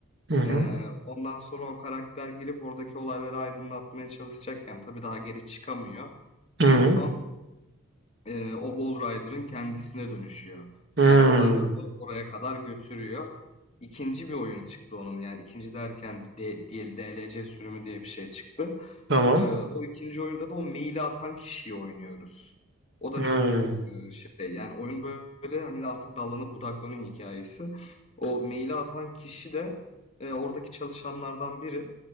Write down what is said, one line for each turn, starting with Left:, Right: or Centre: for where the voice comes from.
Right: Hı hı.
Left: Eee, ondan sonra o karakter girip oradaki olayları aydınlatmaya çalışacakken tabii daha geri çıkamıyor.
Right: Hı
Left: En
Right: hı.
Left: son eee, o Wall Rider'ın kendisine dönüşüyor.
Right: Hı hı.
Left: Yani
Right: Hı.
Left: olayları da oraya kadar götürüyor. İkinci bir oyunu çıktı onun yani ikinci derken bir D- DL DLC sürümü diye bir şey çıktı.
Right: Tamam.
Left: Ee, o ikinci oyunda da o maili atan kişiyi oynuyoruz. O da
Right: Hmm,
Left: çok e, şey yani oyun böyle hani artık dallanıp budaklanıyor hikayesi. O maili atan kişi de e, oradaki çalışanlardan biri.